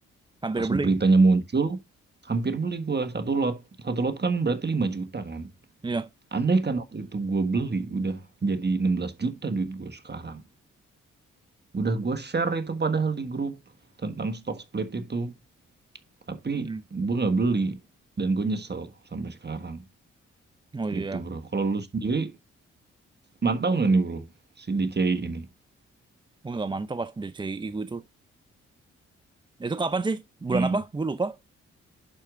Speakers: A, on the right; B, on the right.
A: hampir
B: Pas
A: beli.
B: beritanya muncul, hampir beli gue satu lot. Satu lot kan berarti 5 juta kan.
A: Iya.
B: Andai kan waktu itu gue beli, udah jadi 16 juta duit gue sekarang. Udah gue share itu padahal di grup tentang stock split itu. Tapi
A: Mm-mm.
B: gue nggak beli dan gue nyesel sampai sekarang.
A: Oh iya.
B: Gitu bro. Kalau lu sendiri mantau nggak nih bro si DCI ini?
A: Gue nggak mantap pas DCII gue tuh. Itu kapan sih? Bulan
B: Hmm.
A: apa? Gue lupa.